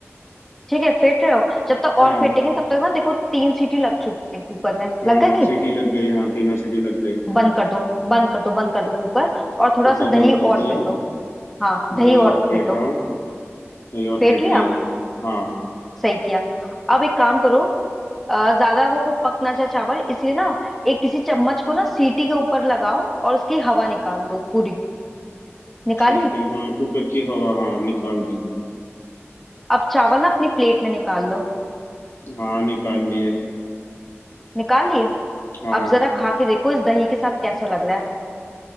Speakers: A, in the centre; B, on the left (about 65°).
A: ठीक है फेंट रहे हो जब तक और
B: हाँ
A: फेंटेंगे तब तक ना देखो तीन सीटी लग चुकी है कुकर में
B: हाँ
A: लग गई
B: सीटी लग गई हाँ तीनों सीटी लग गई
A: बंद कर दो बंद कर दो बंद कर दो कुकर और थोड़ा
B: कुकर
A: सा दही
B: बंद कर
A: और
B: दिया
A: फेंटो हाँ दही
B: दही और
A: और
B: फेंट
A: फेंटो
B: रहा हूँ दही और
A: फेंट
B: फेंट
A: लिया
B: लिया हाँ
A: सही किया अब एक काम करो अ, ज्यादा वो पकना चाहे चावल इसलिए ना एक किसी चम्मच को ना सीटी के ऊपर लगाओ और उसकी हवा निकाल दो पूरी निकाली
B: ठीक है हाँ कुकर की हवा हाँ निकाल दी
A: अब चावल ना अपनी प्लेट में निकाल लो
B: हाँ निकाल लिए
A: निकाल लिए
B: हाँ
A: अब जरा खा के देखो इस दही के साथ कैसा लग रहा है